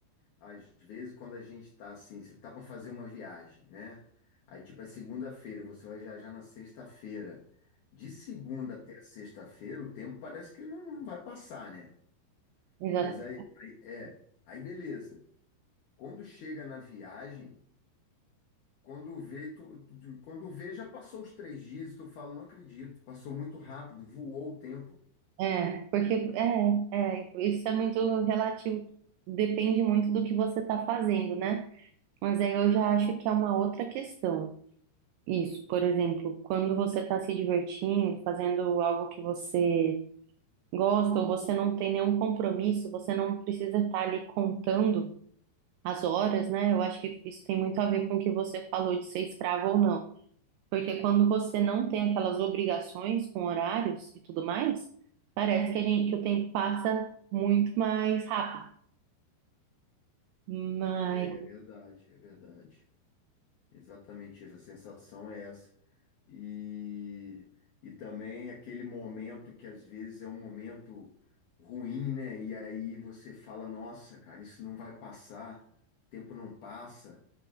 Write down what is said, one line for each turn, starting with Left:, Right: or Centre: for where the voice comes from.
Left: às vezes quando a gente tá assim, você tá para fazer uma viagem, né? Aí tipo é segunda-feira, você vai viajar na sexta-feira. De segunda até sexta-feira, o tempo parece que não, não vai passar, né?
Right: Exato.
Left: Mas aí, aí é, aí beleza. Quando chega na viagem Quando vê, tu, tu- quando vê, já passou os três dias e tu fala, não acredito, passou muito rápido, voou o tempo.
Right: É, porque é, é, isso é muito relativo, depende muito do que você está fazendo, né? Mas aí eu já acho que é uma outra questão. Isso, por exemplo, quando você está se divertindo, fazendo algo que você gostam, você não tem nenhum compromisso, você não precisa estar ali contando as horas, né? Eu acho que isso tem muito a ver com o que você falou de ser escravo ou não. Porque quando você não tem aquelas obrigações com horários e tudo mais, parece que a gente, que o tempo passa muito mais rápido. Mas,
Left: É verdade, é verdade. Exatamente isso, a sensação é essa. E, e também aquele momento que às vezes é um momento ruim, né? E aí você fala, nossa, cara, isso não vai passar, o tempo não passa,